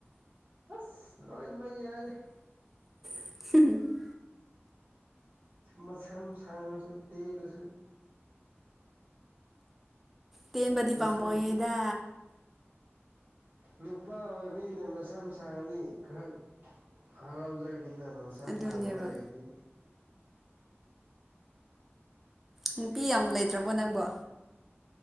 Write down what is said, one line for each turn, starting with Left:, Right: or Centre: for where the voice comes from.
Right: ꯑꯁ ꯂꯣꯏꯅꯃꯛ ꯌꯥꯏꯗ꯫
Centre: <unintelligible>
Right: ꯃꯁꯝ ꯁꯥꯡꯉꯁꯨ ꯇꯦꯜꯂꯁꯨ꯫
Centre: ꯇꯦꯟꯕꯗꯤ
Right: ꯃꯁꯝ
Centre: ꯄꯥꯝꯃꯣꯏꯌꯦꯗ꯫
Right: ꯅꯨꯄꯥ ꯑꯣꯏꯕꯅꯤꯅ ꯃꯁꯝ ꯁꯥꯉꯗꯤ ꯈꯔ ꯍꯔꯥꯎꯖꯒꯅꯤꯅ <unintelligible> ꯃꯁꯝ
Centre: ꯑꯗꯨꯅꯦꯕ
Right: ꯁꯥꯡꯕ ꯂꯩꯔꯗꯤ꯫
Centre: ꯅꯨꯄꯤ ꯌꯥꯝ ꯂꯩꯇ꯭ꯔꯕꯣ ꯅꯪꯕꯣ꯫